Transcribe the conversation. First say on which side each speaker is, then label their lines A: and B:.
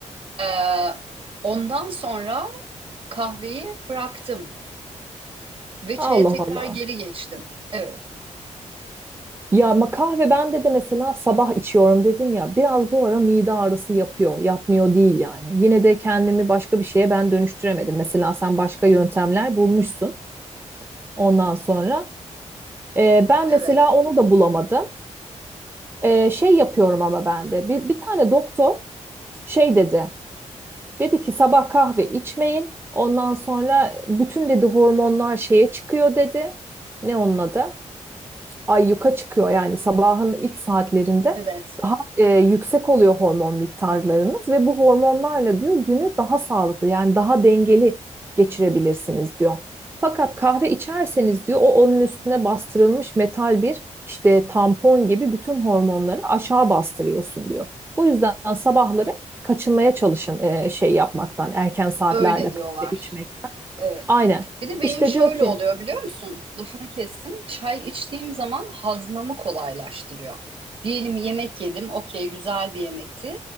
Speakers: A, on the right; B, on the right.
A: Ee, Ondan sonra Kahveyi bıraktım ve çaya
B: Allah
A: tekrar
B: Allah.
A: geri geçtim. Evet,
B: Ya ama kahve bende de mesela sabah içiyorum dedim ya. Biraz bu ara mide ağrısı yapıyor. Yapmıyor değil yani. Yine de kendimi başka bir şeye ben dönüştüremedim. Mesela sen başka yöntemler bulmuşsun ondan sonra. E, ben
A: evet,
B: mesela onu da bulamadım. Ee, şey yapıyorum ama ben de. Bir, bir tane doktor şey dedi. Dedi ki sabah kahve içmeyin. Ondan sonra bütün dedi hormonlar şeye çıkıyor dedi. Ne onun adı? ay yuka çıkıyor yani sabahın ilk saatlerinde
A: Evet.
B: daha e, yüksek oluyor hormon miktarlarınız ve bu hormonlarla diyor günü daha sağlıklı yani daha dengeli geçirebilirsiniz diyor. Fakat kahve içerseniz diyor o onun üstüne bastırılmış metal bir işte tampon gibi bütün hormonları aşağı bastırıyorsun diyor. Bu yüzden sabahları kaçınmaya çalışın e, şey yapmaktan erken saatlerde
A: öyle diyorlar.
B: kahve içmekten.
A: Evet.
B: Aynen.
A: Bir de benim
B: İşte
A: şöyle
B: diyor ki
A: oluyor biliyor musun? Lafını kestim. Çay içtiğim zaman hazmamı kolaylaştırıyor. Diyelim yemek yedim. Okey güzel bir yemekti.